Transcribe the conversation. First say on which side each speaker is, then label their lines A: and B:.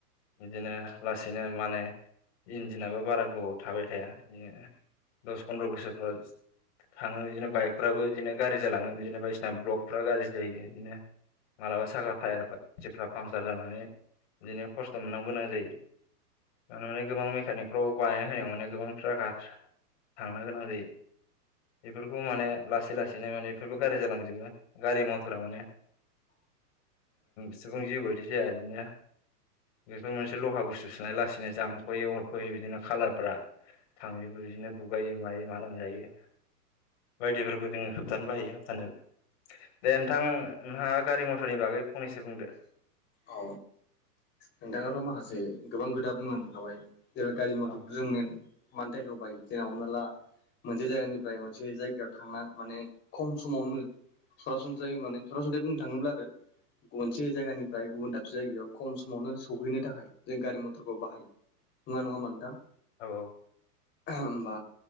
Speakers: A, on the left (about 45°); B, on the left (about 25°).
A: बिदिनो लासैनो माने इन्जिनाबो बारा गोबाव थाबाय थाया बिदिनो दस फन्द्र' बोसोरफोर थाङो बिदिनो बाइकफ्राबो बिदिनो गाज्रि जालाङो बिदिनो बायदिसिना ब्लकफ्रा गाज्रि जायो बिदिनो मालाबा सागा टायेर फोरा जिफोरा पामसार जानानै बिदिनो खस्थ' मोननांगौ गोनां जायो। आं मा गोबां मेकानिकफ्राव बानाय होनायाव माने गोबां फाखा थांनो गोनां जायो बेफोरखौ माने लासै लासैनो माने बेफोरबो गारि्रि जालांजोबो गारि मथरा माने
B: <inaudible>
A: सिगुं जि बरसै आरोदिना बेफोर मोनसे लहा बुस्थु सोना लासैनो जामो खरख'यै अरख'यै बिदिनो खालारफ्रा थांजोबो बिदिनो गुगायोै मायो माम जायो । बायदिफोरखौ जोङो होबथानो हायो होबथानो दे नोंथां नोंहा गारि मथरनि बागै फंनैसो बुंदो
B: औ नोंथाङाथ' माखासे गोबां खोथा बुंनांखाबाय जेने गारि मथरखौ
A: औ
B: जों मानो थाखायग बायो जेना हमना ला मोनसे जायगानिफ्राय मोनसे जायगायाव थांना माने खम समावनो सरासनस्रायै माने सरासनस्रायै बुंनो थांयोब्ला आरो गुबुनसे जायगानिफ्राय गुबुन दाबसे जायगायाव खम समावनो सौहैनो थाखाय जों गारि मथरखौ बाहायो नङ नङ होनबा नोंथां।
A: औ औ।
B: होनबा।